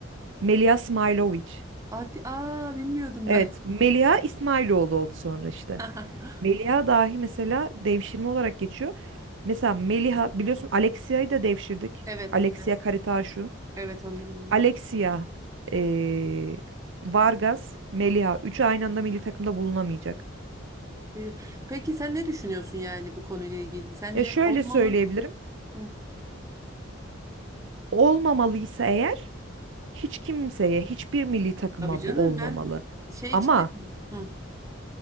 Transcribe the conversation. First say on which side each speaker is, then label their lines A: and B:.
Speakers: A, on the right (about 65°); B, on the right (about 15°).
A: Meliha Smailovic.
B: Hadi, aa bilmiyordum
A: Evet,
B: ben.
A: Meliha İsmailoğlu oldu sonra işte.
B: <laughs>
A: Meliha dahi mesela devşirme olarak geçiyor. Mesela Meliha biliyorsun Alexia'yı da devşirdik.
B: Evet,
A: Alexia
B: evet.
A: Karitaşu.
B: Evet onu da bilmiyordum.
A: Alexia eee, Vargas, Meliha. Üçü aynı anda milli takımda bulunamayacak.
B: Ee, Peki sen ne düşünüyorsun yani bu konuyla ilgili? Sence
A: Ya şöyle
B: olmalı
A: söyleyebilirim.
B: mı? Hı.
A: olmamalıysa eğer hiç kimseye, hiçbir milli takıma
B: Tabii canım
A: bu olmamalı.
B: ben şey
A: Ama
B: için de Hı.